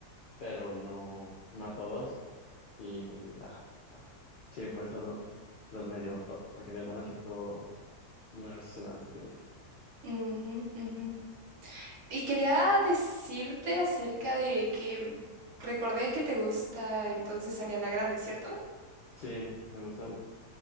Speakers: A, on the left (about 75°); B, on the right (about 80°).
A: pero no, no a todos. Y ajá, sí, por eso lo- los medio top, porque mi hermana se hizo muy obsesionada en su tiempo.
B: Ujú, ujú. Y quería decirte acerca de que mm, recordé que te gusta entonces Ariana Grande, ¿cierto?
A: Sí, me gustan.